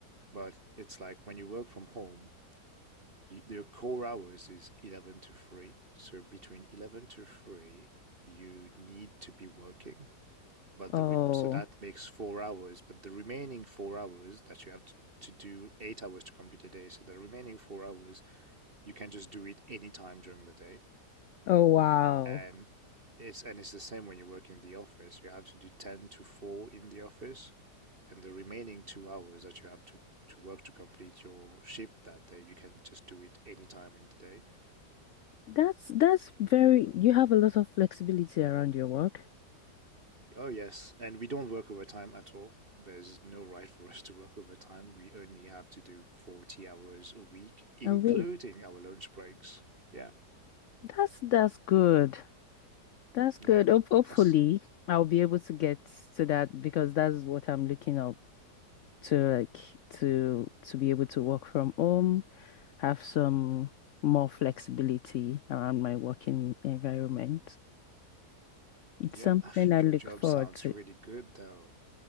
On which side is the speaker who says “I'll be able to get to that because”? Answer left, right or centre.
Left